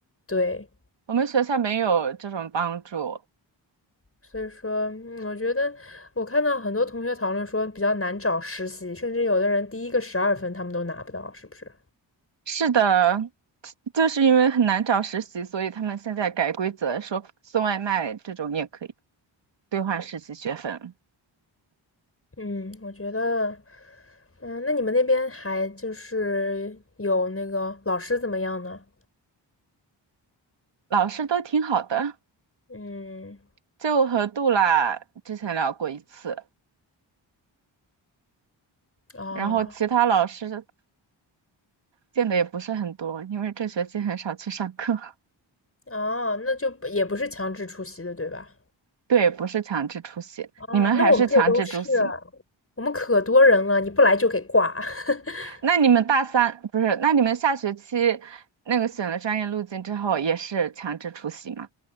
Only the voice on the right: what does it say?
我们学校没有这种帮助。
是的，就是因为很难找实习，所以他们现在改规则，说送外卖这种也可以兑换实习学分。
老师都挺好的，
就和杜拉之前聊过一次，
然后其他老师见的也不是很多，因为这学期很少去上课。<laughs>
对，不是强制出席，
你们还是强制出席吗？
那你们大三，不是，那你们下学期那个选了专业路径之后也是强制出席吗？